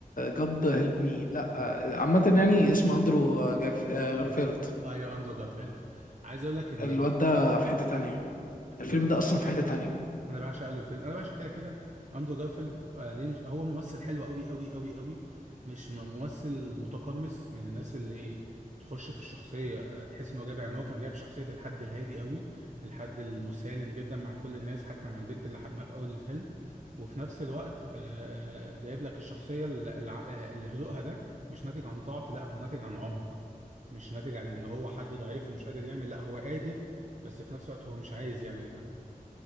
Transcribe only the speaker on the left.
جاد هيلب مي لا
آه، عامه يعني اسمه اندرو آه، جاف آه، غارفيلد
الواد ده في حته تانية
الفيلم ده اصلا في حته تانية